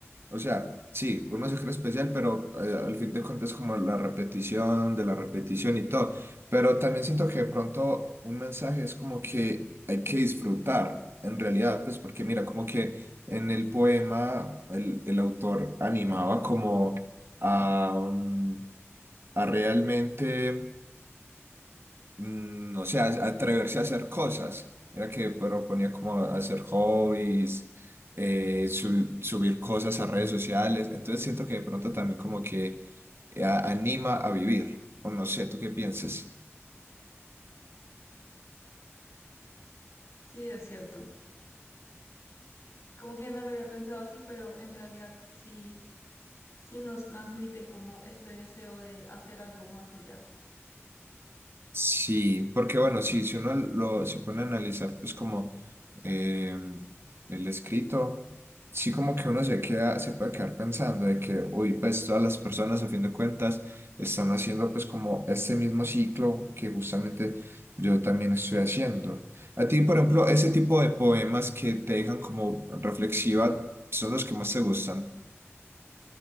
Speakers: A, on the right; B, on the left.
A: o sea, sí, uno se cree especial, pero eh, al fin de cuentas como la repetición de la repetición y todo. Pero también siento que de pronto un mensaje es como que hay que disfrutar, en realidad, pues porque mira, como que en el poema el, el autor animaba como a, mm, a realmente mm, no sé, atreverse a hacer cosas. Era que proponía como hacer hobbies, eh, su- subir cosas a redes sociales. Entonces siento que de pronto también como que eh, a- anima a vivir. O no sé, ¿tú qué piensas?
B: Sí, es cierto. Como que no lo había pensado así, pero en realidad sí, sí nos transmite como este deseo de hacer algo más allá.
A: Sí, porque bueno, sí, si uno lo se pone a analizar, pues como eh, el escrito, sí como que uno se queda, se puede quedar pensando de que, uy, pues todas las personas a fin de cuentas están haciendo pues como este mismo ciclo que justamente yo también estoy haciendo. A ti, por ejemplo, ese tipo de poemas que te dejan como reflexiva son los que más te gustan.